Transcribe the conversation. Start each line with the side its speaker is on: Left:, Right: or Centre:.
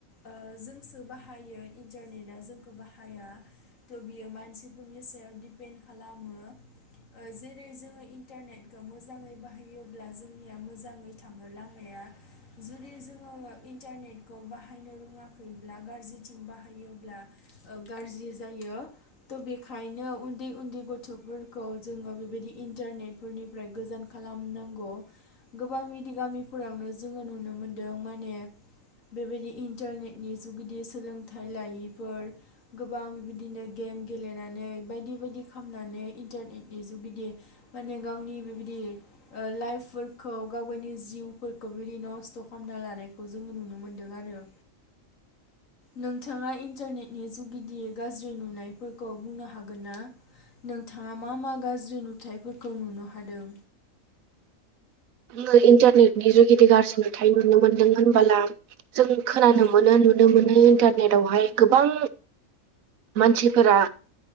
Left: ओ जोंसो बाहायो इन्टारनेटआ जोंखौ बाहाया थ' बियो मानसिफोरनि सायाव दिडपेन्ड खालामो ओ जेरै जोङो इन्टारनेटखौ मोजाङै बाहायोब्ला जोंनिया मोजाङै थाङो लामाया जुदि जोङो इन्टारनेटखौ बाहायनो रोङाखैब्ला गाज्रिथिं बाहायोब्ला गाज्रि जायो थ' बेखायनो उन दि उन्दै गथ'फोरखौ जोङो बेबायदि इन्टारनेट फोरनिफ्राय गोजान खालामनांगौ गोबां बिदि गामिफोरावनो जोङो नुनो मोनदों माने बेबायदि इन्टारनेटनि जुगिदि सोलोंथाइ लायैफोर गोबां बेबायदिनो गेम गेलेनानै बायदि बेबायदि खालामनानै इन्टारनेटनि जुग बिदि माने गावनि बेबायदि ओ लाइफफोरखौ गाव गावनि जिउफोरखौ बेबायदि नस्थ' खालामना लानायखौ जोङो नुनो मोनदों आरो नोंथाङा इन्टारनेटनि जुगिदि गाज्रि नुनायफोरखौ बुंनो हागोन ना नोंथाङा मा मा गाज्रि नुथायफोरखौ नुनो हादों
Right: नो इन्टारनेटनि जुगिदि गाज्रि नुथाय नुनो मोनदों होनबोला जों खोनानो
Left: औ
Right: मोनो नुनो मोनो इनटार नेटआवहाय गोबां मानसिफोरा